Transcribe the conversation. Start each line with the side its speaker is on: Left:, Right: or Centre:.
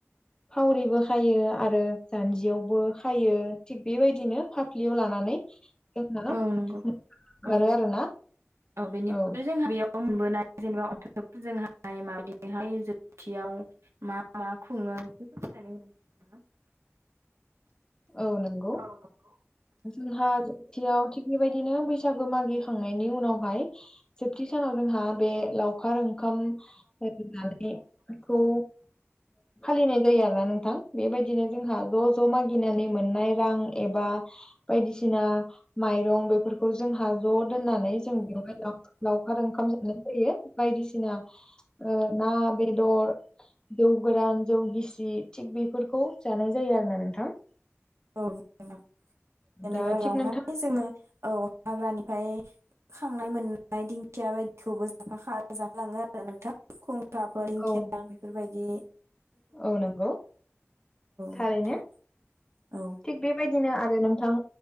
Left: फावरिबो खायो आरो जान्जियावबो खायो थिग बेबायदिनो फाफ्लियाव लानानै जोंना
Right: औ
Left: ओंखारो
Right: नंगौ औ
Left: आरोना
Right: बेनिफ्राय
Left: औ
Right: जोंहा बेयाव मोनबोनाय जेनेबा अथ जोंहाय माबहाय जोबथियाव <unintelligible> मा मा खुङो बेफोरखौ नायनानै होनो नोंथाङा।
Left: औ नंगौ
Right: औ नंगौ
Left: जोंहा जोबथियाव थिग बेबायदिनो बैसागो मागिखांनायनि उनावहाय जोबथि सानाव जोंहा बे लावखार ओंखाम मागिनानै मोननायखौ फालिनाय जायो आरोना नोंथां बेबायदिनो जोंहा ज' ज' मागि गिनानै मोननाय रां एबा बायदिसिना माइरं बेफोरखौ जोंहा ज' दोननानै जों बेवहाय लां लावखार ओंखाम जानाय जायो बायदिसिना ना बेदर जौ गोरान जौ गिसि थिग बेफोरखौ जानाय जायो आरो ना नोंथां।
Right: औ जेनेबा
Left: दा
Right: बेयावहाय
Left: थिग नोंथां
Right: जोङो औ हाग्रानिफ्राय खांनाय मोननाय दिंखिया बायदिखौबो <unintelligible> आरो नोंथां खुंखाफोर दिंखिया
Left: औ
Right: बेफोरबायदि
Left: औ नंगौ थारैनो
Right: नोंथां औ
Left: थिग बेबायदिनो आरो नोंथां।